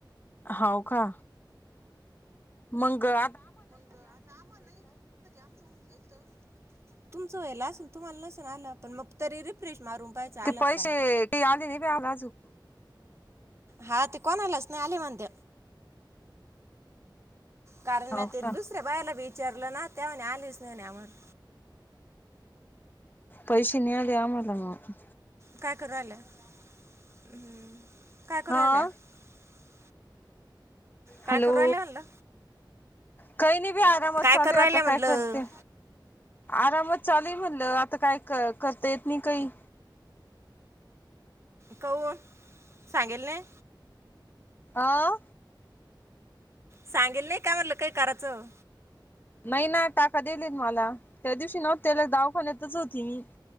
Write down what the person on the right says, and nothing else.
मग आता <unintelligible> ते आमचं होऊन जाईल <unintelligible> तुमचं व्हायला अस तुम्हाला नसन आला पण मग तरी रिफ्रेश मारून पहायचं आलं
काय
हा ते कोणालाच आले मंद. कारण
म ते
दुसऱ्या बायला विचारलं ना त्याव्हा आलीच नाही आम्हाला.
काय करू आलं हम्म. काय करू
<unintelligible> काय
करू राहिल्या म्हणलं?
काय
करू
राहिल्या म्हणलं?
कऊ सांगेल न.
सांगेल नाही का म्हटलं काय करायचं.